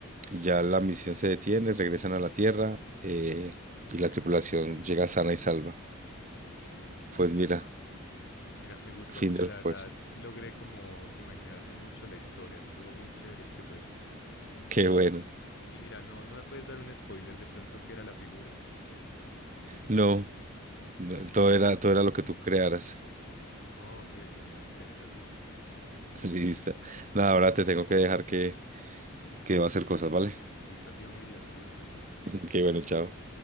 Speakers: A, on the right; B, on the left.
A: ya la misión se detiene, regresan a la Tierra eh, y la tripulación llega sana y salva.
B: Ok,
A: Pues
B: ok.
A: mira,
B: Mira, me gustó
A: fin
B: mucho,
A: del
B: la verdad.
A: juego.
B: Logré como imaginarme mucho la historia. Estuvo muy chévere este juego. N-
A: Qué
B: Y,
A: bueno.
B: y mira, no, no me puedes dar un spoiler de pronto qué era la figura.
A: No, no, todo era, todo era lo que tú crearas.
B: Oh, ok, ok, mira, interesante.
A: <laughs> Listo. Nada, ahora te tengo que dejar que, que va a hacer cosas, ¿vale?
B: Listo, ha sido muy divertido. Chao, chao.
A: <laughs> Que bueno, chao.